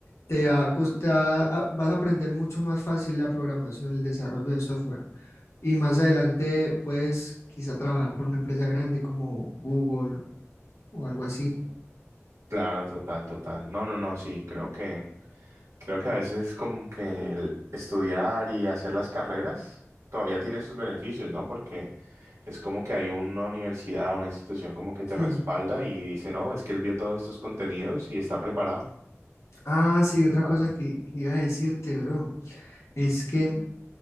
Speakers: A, on the left; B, on the right.
A: te va a cos- te va a- vas a aprender mucho más fácil la programación, el desarrollo de software. Y más adelante puedes quizá trabajar por una empresa grande como Google o algo así.
B: Claro, total, total. No, no, no, sí, creo que, creo que a veces es como que el estudiar y hacer las carreras todavía tiene sus beneficios, ¿no? Porque es como que hay una universidad, una institución como que te
A: Mm.
B: respalda y dice, no, es que él vio todos estos contenidos y está preparado.
A: Ah, sí, otra
B: Preparado.
A: cosa que que iba a decirte, bro, es que, o